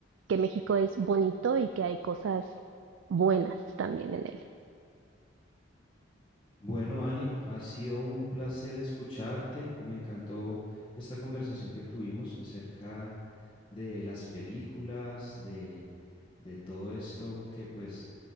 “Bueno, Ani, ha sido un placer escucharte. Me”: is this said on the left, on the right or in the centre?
Left